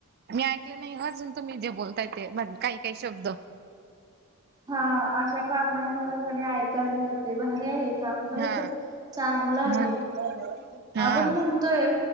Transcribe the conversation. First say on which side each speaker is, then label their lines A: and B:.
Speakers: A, on the right (about 45°); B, on the right (about 20°).
A: मी ऐकल नाहीह अजून तुम्ही जे बोलताय ते काही काही शब्द.
B: हा, अशा कारणामुळं का नाही ऐकायला मिळते. भारी आहे. काम खरोखर
A: हा
B: चांगला हे.
A: हा हा
B: आपण म्हण तय,